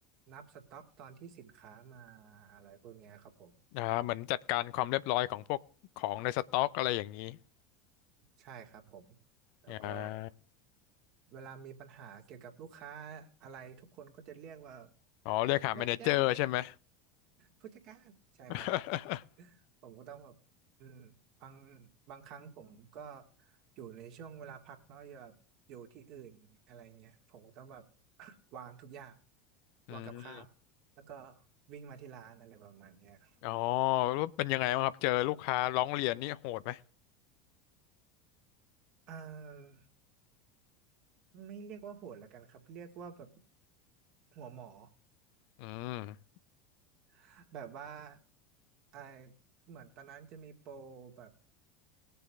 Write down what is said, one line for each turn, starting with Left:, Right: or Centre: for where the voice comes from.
Right: นับสต็อกตอนที่สินค้ามาอะไรพวกเนี้ยครับผม
Left: อ่าเหมือนจัดการความเรียบร้อยของพวกของในสต็อกอะไรอย่างนี้
Right: ใช่ครับผม แล้วก็
Left: อ่า
Right: เวลามีปัญหาเกี่ยวกับลูกค้าอะไรทุกคนก็จะเรียกว่า
Left: อ๋อเรียกหาแมเนเจอร์ใช่ไหม
Right: แม่ไเจอร์ผู้จัดการใช่ครับ
Left: <laughs>
Right: ผมก็ต้องแบบอืมบางบางครั้งผมก็อยู่ในช่วงเวลาพักเนาะอย่าแบบอยู่ที่อื่นอะไรเงี้ยผมก็ต้องแบบ <coughs> <laughs> วางทุกอย่าง
Left: อืม
Right: วางกับข้าวแล้วก็วิ่งมาที่ร้านอะไรประมาณเนี้ยครับ
Left: อ๋อแล้วเป็นยังไงบ้างครับเจอลูกค้าร้องเรียนนี่โหดไหม
Right: อ่าไม่เรียกว่าโหดละกันครับเรียกว่าแบบหัวหมอ
Left: อืม
Right: <laughs> แบบว่าอ่าเหมือนตอนนั้นจะมีโปรแบบ